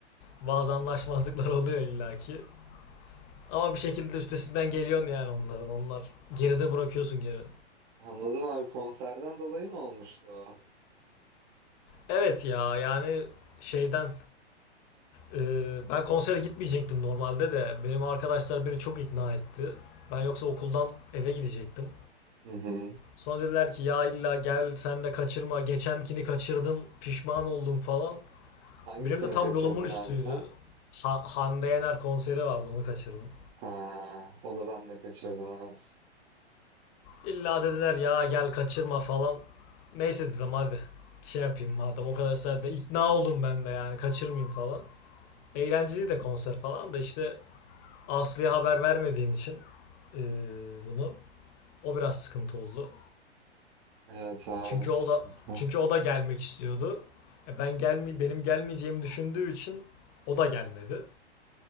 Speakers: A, on the left; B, on the right.
A: Bazı anlaşmazlıklar oluyor illaki. Ama bir şekilde üstesinden geliyorsun yani onların. Onlar geride bırakıyorsun geri.
B: Anladım abi konserden dolayı mı olmuştu o?
A: Evet ya yani şeyden e, ben konsere gitmeyecektim normalde de benim arkadaşlar beni çok ikna etti. Ben yoksa okuldan eve gidecektim.
B: Hı hı.
A: Sonra dediler ki ya illa gel sen de kaçırma geçenkini kaçırdın pişman oldun falan.
B: Hangisini
A: Benim de tam
B: kaçırdın
A: yolumun üstüydü.
B: abi sen?
A: Ha- Hande Yener konseri vardı onu kaçırdım.
B: Ha, onu ben de kaçırdım evet.
A: İlla dediler ya gel kaçırma falan. Neyse dedim hadi şey yapayım madem o kadar saatte ikna oldum ben de yani kaçırmayayım falan. Eğlenceli de konser falan da işte Aslı'ya haber vermediğim için eee, bunu o biraz sıkıntı oldu.
B: Evet abi.
A: Çünkü
B: sıkıntı.
A: o da çünkü o da gelmek istiyordu. E ben gelmi benim gelmeyeceğimi düşündüğü için o da gelmedi.